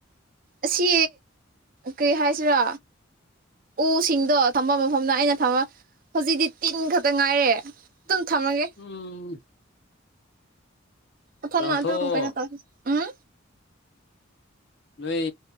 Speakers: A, on the right (about 45°); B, on the left (about 55°).
A: ꯑꯁꯤ ꯀꯔꯤ ꯍꯥꯏꯁꯤꯔꯥ ꯎꯁꯤꯡꯗꯣ ꯊꯝꯕ ꯃꯐꯝꯗ ꯑꯩꯅ ꯊꯃ ꯍꯧꯖꯤꯛꯇꯤ ꯇꯤꯟ ꯈꯛꯇ ꯉꯥꯏꯔꯦ ꯑꯗꯨꯝ ꯊꯝꯃꯒꯦ
B: ꯎꯝ
A: ꯄ ꯐꯝꯅ
B: ꯂꯥꯡꯊꯣꯛꯑꯣ
A: ꯑꯗꯨꯀꯥꯏꯅ ꯇꯧꯦ ꯎꯝ
B: ꯅꯣꯏ